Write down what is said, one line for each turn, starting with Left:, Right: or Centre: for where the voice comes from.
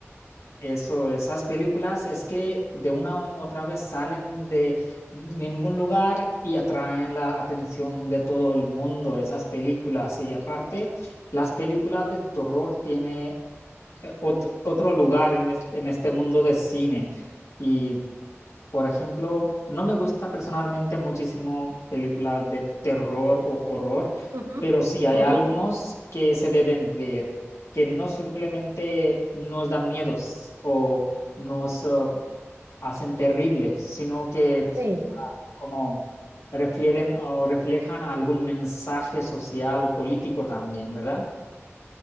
Left: Eso, esas películas es que de una u otra vez salen de ningún lugar y atraen la atención de todo el mundo, esas películas. Y aparte, las películas de terror tienen eh, ot- otro lugar en, es- en este mundo de cine. Y por ejemplo, no me gusta personalmente muchísimo películas de terror o horror,
Right: Ujú,
Left: pero sí hay
Right: ujú,
Left: algunos que se deben ver, que no simplemente nos dan miedos o nos eh, hacen terribles, sino que
Right: sí.
Left: como refieren o reflejan algún mensaje social o político también, ¿verdad?